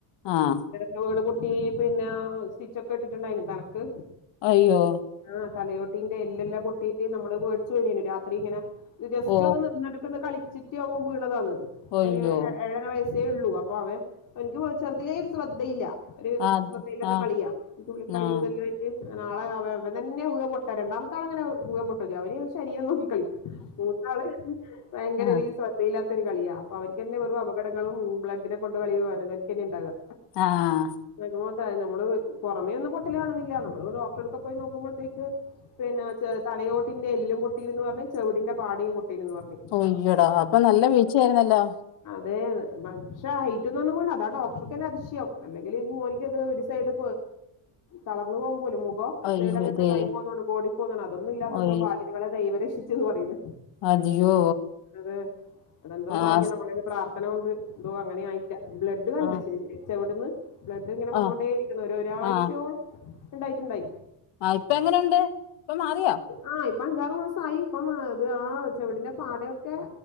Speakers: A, on the left (about 60°); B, on the left (about 40°).
A: ആഹ്.
B: വ്ണ് പൊട്ടി പിന്നെ സ്റ്റിച്ചൊക്കെ ഇട്ടിട്ടുണ്ടായിന് തലക്ക്.
A: അയ്യോ.
B: ആഹ് തലയോട്ടീന്റെ എല്ലെല്ലാം പൊട്ടീട്ട് നമ്മള് പേടിച്ചു കഴിഞ്ഞു രാത്രി ഇങ്ങനെ ജസ്റ്റ്
A: ഓ
B: ഒന്ന് നിന്ന്ട്ട് ക്കന്ന് കളിച്ചിട്ട് അവം വ്ണതാണ്
A: ഒയ്യോ
B: ഓന് ഏഴര വയസ് ഉള്ളൂ അപ്പൊ അവ എനിക്ക് ചെർതിലേ ഒരു ശ്രദ്ധയില്ല. ഒരു
A: അത്
B: ശ്രദ്ധയില്ലാത്ത
A: ആഹ്
B: കളിയാ തുള്ളി കളിയതെല്ലായി
A: ആഹ്
B: നാളെ അവ അവൻ തന്നെ വ്ഴാ പൊട്ടാ രണ്ടാമത്തെ ആളെങ്ങനെ വ്ഴാം പൊട്ടു <unintelligible> അവന് ശരീരം നോക്കി കളിക്കും. മൂത്താള് ഭയങ്കര
A: ആഹ്
B: ഒരു ശ്ര യില്ലാത്ത ഒരു കളിയാ അപ്പൊ അവനക്ക്ന്നെ വെറും അപകടങ്ങളും ബ്ലഡിനെ കൊണ്ട് കളിയും അവനിക്കന്നേണ്ടാവാ.
A: ആഹ്
B: <unintelligible> നമ്മള് പൊറമെയൊന്നും പൊട്ടല് കാണുന്നില്ല നമ്മള് ഒരു ഡോക്ടർടെ അടുത്തൊക്കെ പോയി നോക്കുമ്പോ തേക്ക് പിന്നെ തലയോട്ടിന്റെ എല്ലും പൊട്ടീന്ന് പർഞ്ഞ് ചെവ്ടിന്റെ പാടിയിം പൊട്ടിയിന്ന് പർഞ്ഞ്.
A: അയ്യടാ അപ്പൊ നല്ല വീഴ്ച ആയിരുന്നല്ലോ.
B: അതെ പക്ഷെ ഹൈറ്റിന്നൊന്നും വീണ് അതാ ഡോക്ടർക്ക് ന്നെ അതിഷ്യം. അല്ലെങ്കില് മോനിക്ക് അത് ഒരു സൈഡ് തളർന്നു പോവും പോലും മോ- അപ്പോ ഒരു
A: അയ്യോ
B: സൈഡ് അങ്ങനെ
A: ദേ
B: കൈ പോകന്നതോ കോടി പോകുന്നതണ് അതൊന്നു ഇല്ലാത്ത
A: ഒയ്
B: എന്തോ ഭാഗ്യം നിങ്ങളെ ദൈവം രക്ഷിച്ചെന്ന് പറയിന്ന്.
A: അതിയോ
B: അതെ അതെന്തോ
A: ആഹ്
B: ഭാഗ്യം നമ്മളേല് പ്രാർഥ പ്രാർത്ഥന കൊണ്ട് എന്തോ അങ്ങനെ ആയിട്ടില്ല ബ്ലഡ് കണ്ട്
A: ആഹ്
B: ചെവിടുന്ന് ബ്ലഡ് ഇങ്ങനെ വന്നോണ്ടേ
A: ആഹ്
B: ഇരിക്കുന്നു ഒര് ഒരാഴ്ചയോള
A: ആഹ്
B: ഉണ്ടായിട്ടുണ്ടായി.
A: ആഹ് ഇപ്പ എങ്ങനെയുണ്ട് ഇപ്പൊ മാറിയോ?
B: ആഹ് ഇപ്പ അഞ്ചാറ് മാ ആയി ഇപ്പം അത് ആ ചെവിടിന്റെ പാടയൊക്കെ